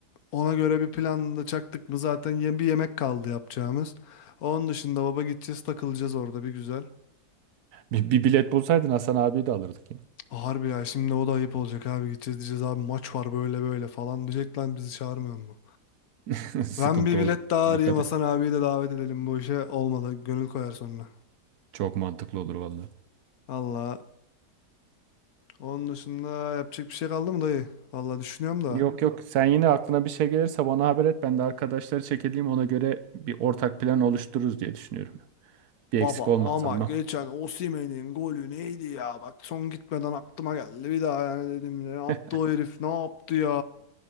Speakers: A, on the left; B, on the right.
A: Ona göre bir planla çaktık mı zaten yem bir yemek kaldı yapacağımız. Onun dışında baba gideceğiz takılacağız orada bir güzel.
B: Bir, bir bilet bulsaydın Hasan abiyi de alırdık ya.
A: Harbi ya şimdi o da ayıp olacak abi gideceğiz diyeceğiz abi maç var böyle böyle falan diyecek lan bizi çağırmıyor mu?
B: <laughs> Sıkıntı
A: Ben bir bilet
B: olur.
A: daha arayayım
B: Dikkat
A: Hasan
B: et.
A: abiyi de davet edelim bu işe olmadı gönül koyar sonra.
B: Çok mantıklı olur vallahi.
A: Allah onun dışında yapacak bir şey kaldı mı dayı? Valla düşünüyorum da.
B: Yok yok sen yine aklına bir şey gelirse bana haber et. Ben de arkadaşları çekileyim ona göre bir ortak plan oluştururuz diye düşünüyorum. Bir
A: Baba
B: eksik olmazsam
A: ama geçen
B: ben.
A: Osimhen'in golü neydi ya? Bak son gitmeden aklıma geldi bir daha yani dedim ne yaptı
B: <laughs>
A: o herif ne yaptı ya?